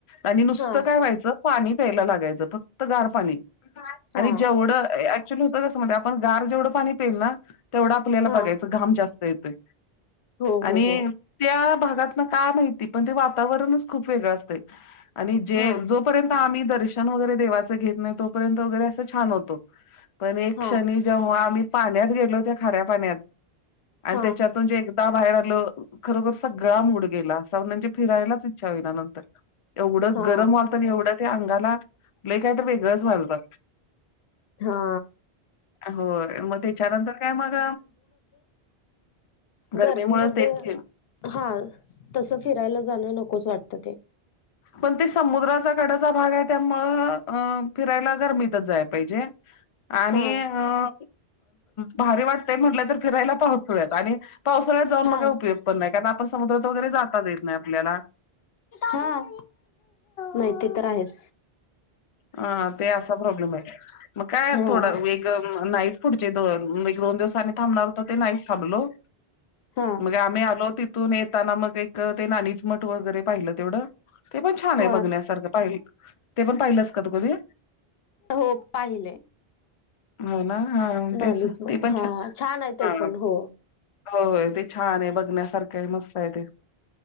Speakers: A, on the left; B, on the left.
A: आणि नुसतं
B: हा
A: काय व्हायचं पाणी प्यायला लागायचं फक्त गार पाणी. आणि
B: हा
A: जेवढं ऍक्चुली होत कसं माहितीये आपण गार जेवढं पाणी पेईल ना, तेवढा आपल्याला
B: हा
A: बघायचं घाम जास्त येतोय.
B: हो
A: आणि
B: हो हो
A: त्या भागातलं काय माहिती पण ते वातावरणच खूप वेगळं असतंय. आणि जे
B: हा
A: जो जोपर्यंत आम्ही देवाचं दर्शन वगैरे देवाचं घेत नाही, तोपर्यंत वगैरे असं छान होतं. पण एक
B: हा
A: क्षणी जेव्हा आम्ही पाण्यात गेलो त्या खाऱ्या पाण्यात आणि
B: हा
A: त्याच्यातून जे बाहेर आलो खरोखर सगळा मूड गेला. असं म्हणजे फिरायलाच इच्छा होईना नंतर. एवढं
B: हा
A: गरम व्हालत आणि एवढं ते अंगाला लय कायतर वेगळच व्हालतं.
B: हा
A: होय. मग त्याच्यानंतर काय मग गरमीमुळे
B: गर्मीमध्ये
A: तेच की.
B: हा तसं फिरायला जाणं नकोच वाटतं ते.
A: पण ते समुद्राचा कडाचा भाग आहे त्यामुळं अ फिरायला गरमीतच जाया पाहिजे. <inaudible> आणि
B: हा
A: अ भारी वाटतेय म्हटलं तर फिरायला पावसुळ्यात आणि पावसाळ्यात जाऊन
B: हा
A: मग काय उपयोग पण नाही, कारण आपण समुद्रात वगैरे जाताच येत नाय आपल्याला.
B: हा. नाही ते तर आहेच.
A: हा ते असा प्रॉब्लेम हाय, मग काय
B: हा
A: थोडा वेग अं नाही पुढचे मग पुढचे एक दोन दिवस आणि थांबणार होतो ते नाही थांबलो.
B: हा
A: मग आम्ही आलो तिथून येताना मग एक ते नाणीच मठ वगैरे पाहिलं तेवढं. ते पण छान
B: हा
A: आहे बघण्यासारखं. पाहि ते पण पाहिलंस का तू कधी?
B: हो पाहिलंय.
A: हो ना हा
B: नानिज
A: तेच
B: मठ
A: ते पण
B: हा छान आहे
A: हा
B: ते पण हो.
A: होय ते छान आहे बघण्यासारखं आहे मस्त आहे ते.